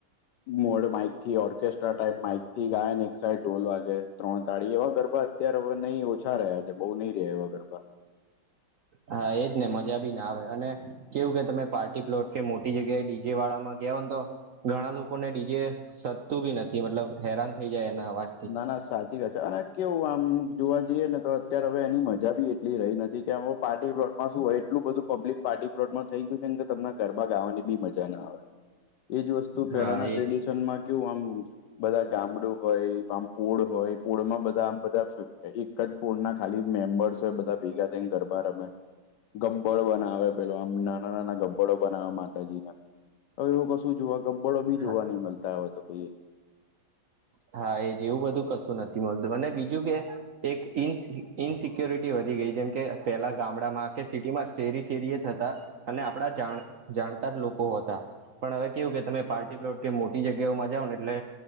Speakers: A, on the left; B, on the right.
A: મોડ માઈક થી ઓર્કેસ્ટ્રા ટાાઈપ માઈક થી ગાય ને એક સાઈડ ઢોલ વાગે. ત્રણ તાળી એવા ગરબા અત્યારે હવે નહીં ઓછા રહ્યા છે બહુ નહી, હોય હ્યા એવા ગરબા
B: હા એજ ને મજા બી ના આવે અને કેવું કે તમે પાર્ટી પ્લોટ કે મોટી જગ્યાએ ડીજે વાળા માં ગો ને તો ઘણા લોકોને ડીજે સતતું બી નથી મતલબ હેરાન થઈ જાય એના વાય.
A: ના ના સાચી વાત છે અને કેવું આમ. જોવા જઈએ ને તો અત્યારે હવે એની મજા બી એટલી રહી નથી કે એ પાર્ટી. પ્લોટમાં શું હોય એટલું બધું પબ્લિક પાર્ટી પ્લોટમાં થઈ ગયું છે કે તમ ઘરબા ગાવાની બી મજા ના આવે. એજ વસ્તુ
B: હા
A: પહેલાના
B: એજ
A: ટ્રેડિશન માં. કેું આમ બધા ગામડું હોય આમ પૂળ હોય. પોળમાં બધા આમ બધા ફ એક જ બોર્ડ ના ખાલી મેમ્બર્સ હોય બધા ભેગા થઈને ગરબા રમે. ગબ્બળો બનાવે પેલો આમ નાના નાના ગબ્બળો બનાવે માતાજીના હવે એવું કશું જોવા ગબ્બળો બી
B: હા
A: જોવા નહી મળતા હોય તો કઈ.
B: હા એજ એવું બધું કશું નથી મળતું મને બીજું કે. એક ઇ ઇનસિક્યોરિટી વધી ગઈ જેમ કે પહેલા ગામડામાં કે સિટીમાં શેરી શેરીએ થતા. અને આપણા જાણ જાણતા લોકો હતા. પણ હવે કેવું કે તમે પાર્ટી પ્લોટ કે મોટી જગ્યાઓ માં જાઓાવ ને એટલે